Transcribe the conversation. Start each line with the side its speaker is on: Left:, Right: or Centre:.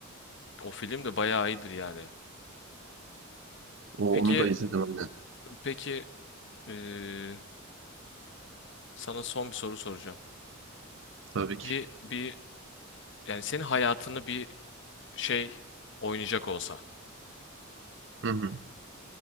Left: O film de bayağı iyidir yani.
Right: O,
Left: Peki
Right: onu da izledim aynen.
Left: peki eee, sana son bir soru soracağım.
Right: Tabii ki.
Left: Bir bir yani senin hayatını bir şey oynayacak olsa
Right: Hı hı.